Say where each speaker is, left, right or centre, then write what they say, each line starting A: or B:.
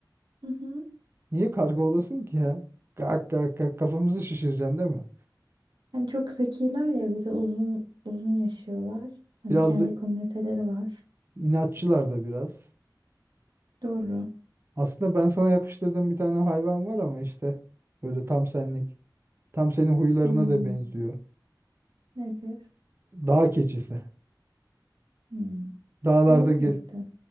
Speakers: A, on the right (about 75°); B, on the right (about 30°).
A: Hı hı.
B: Niye karga olasın ki ya? Gak gak gak kafamızı şişireceksin değil mi?
A: Hani çok zekiler ya bir de uzun uzun yaşıyorlar. Hani
B: Biraz
A: kendi
B: da
A: komüniteleri var.
B: inatçılar da biraz.
A: Doğru.
B: Aslında ben sana yakıştırdığım bir tane hayvan var ama işte böyle tam senlik. Tam senin huylarına
A: Hmm,
B: da benziyor.
A: nedir?
B: Dağ keçisi.
A: Hmm,
B: Dağlarda
A: olabilirdi.
B: ge-